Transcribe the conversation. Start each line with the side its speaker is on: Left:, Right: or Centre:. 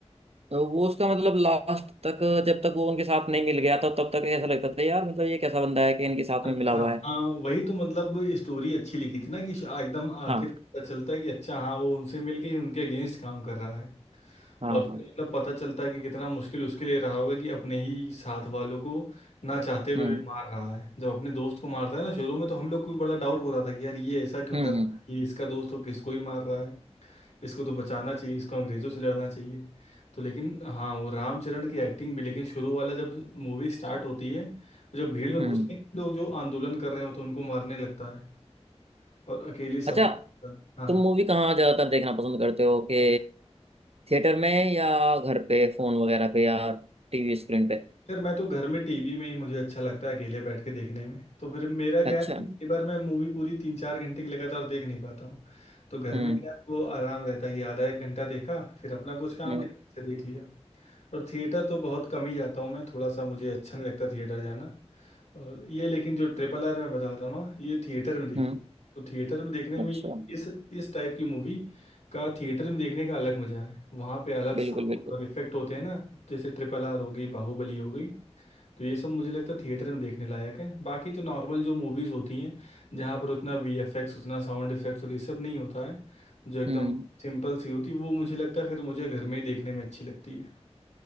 Right: वो उसका मतलब लास्ट तक जब तक वो उनके साथ नहीं मिल गया था तब तक ऐसा लगता था यार मतलब ये कैसा बंदा है कि इनके साथ
Left: अच्छा
Right: में मिला हुआ है
Left: हाँ वही तो मतलब स्टोरी अच्छी लिखी थी ना कि शा- एकदम आखिर
Right: हाँ
Left: पता चलता है कि अच्छा हाँ वो उनसे मिलके ही उनके अगेंस्ट काम कर रहा है
Right: हाँ
Left: और
Right: हाँ
Left: फिर मतलब पता चलता है कि कितना मुश्किल उसके लिए रहा होगा कि अपने ही साथ वालों को ना चाहते हुए
Right: हम्म
Left: भी मार रहा है जब अपने दोस्त को मारता है ना शुरू में तो हम लोग को भी बड़ा डाउट हो रहा था कि यार ये ऐसा क्यों
Right: हम्म
Left: कर रहा
Right: हम्म
Left: है ये इसका दोस्त हो किसको ही मार रहा है इसको तो बचाना चाहिए इसको अंग्रेजों से लड़ना चाहिए तो लेकिन हाँ वो रामचरण की एक्टिंग भी लेकिन शुरू वाला जब मूवी स्टार्ट होती है जब भीड़ में
Right: हम्म।
Left: घुसते हैं लोग जो आंदोलन कर रहे हो तो उनको मारने लगता है और अकेले सब
Right: अच्छा
Left: हाँ
Right: तुम मूवी कहाँ ज्यादातर देखना पसंद करते हो कि थिएटर में या घर पे फोन वगैरह पे या टीवी स्क्रीन पे
Left: यार मैं तो घर में टीवी में ही मुझे अच्छा लगता है अकेले बैठ के देखने में तो फिर मेरा क्या
Right: अच्छा
Left: है कई बार मैं मूवी पूरी तीन चार घंटे की लगातार देख नहीं पाता हूँ तो घर
Right: हम्म
Left: में क्या है, वो आराम रहता है कि आधा एक घंटा देखा फिर अपना कुछ काम
Right: हम्म
Left: किया फिर से देख लिया और थिएटर तो बहुत कम ही जाता हूँ मैं थोड़ा सा मुझे अच्छा नहीं लगता थिएटर जाना और ये लेकिन जो ट्रिपल आर मैं बता रहा हूँ ना ये थिएटर में देखी
Right: हम्म
Left: तो थिएटर में देखने
Right: अच्छा
Left: में इस इस टाइप की मूवी का थिएटर में देखने का अलग मजा है वहाँ पे अलग साउंड
Right: बिल्कुल बिल्कुल
Left: और इफेक्ट होते हैं ना जैसे ट्रिपल आर हो गई बाहुबली हो गई तो ये सब मुझे लगता है थिएटर में देखने लायक है बाकी तो नॉर्मल जो मूवीज़ होती हैं जहाँ पर उतना वी एफ एक्स उतना साउंड इफेक्ट्स और ये सब नहीं होता है जो एकदम
Right: हम्म
Left: सिंपल सी होती है वो मुझे लगता है फिर मुझे घर में ही देखने में अच्छी लगती है